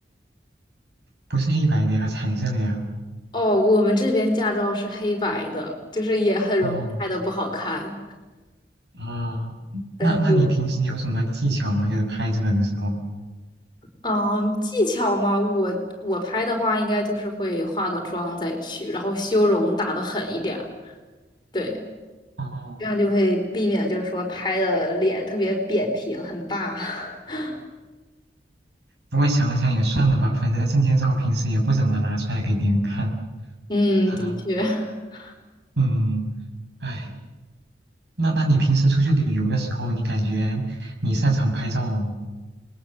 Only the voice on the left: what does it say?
哦，我们这边驾照是黑白的，就是也很容易拍的不好看。
但是，
嗯，技巧嘛，我我拍的话，应该就是会化个妆再去，然后修容打的狠一点儿。对，
这样就会避免就是说拍的脸特别扁平，很大。<laughs>
嗯，
的确，<laughs>